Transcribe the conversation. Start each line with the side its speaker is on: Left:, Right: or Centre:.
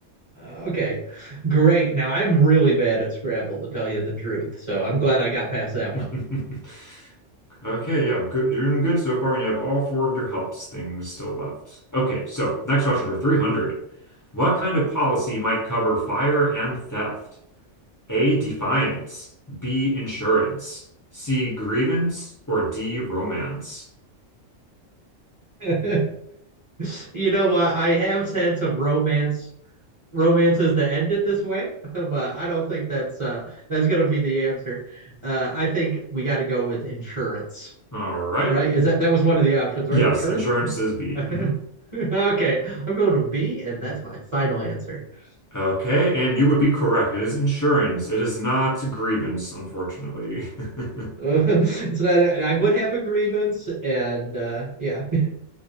Right: Okay, great. Now I'm really bad at Scrabble, to tell you the truth. So I'm glad I got past that
Left: <laughs>
Right: one.
Left: Okay, yeah, good. You're doing good so far, and you have all four of your helps things still left. Okay, so next question for 300. What kind of policy might cover fire and theft? A. Defiance. B. Insurance. C. Grievance. Or D. Romance.
Right: <laughs> You know what? I have had some romance romances that ended this way, <laughs> but I don't think that's uh that's gonna be the answer. Uh I think we got to go with insurance,
Left: All right.
Right: right? Is that that was one of the options,
Left: Yes,
Right: right? Insurance?
Left: insurance is B.
Right: <laughs>
Left: Mhm.
Right: Okay, I'm going to B, and that's my final answer. <laughs>
Left: Okay, and you would be correct. It is insurance. It is not grievance, unfortunately. <laughs>
Right: It's not, I would have a grievance, and uh, yeah. <laughs>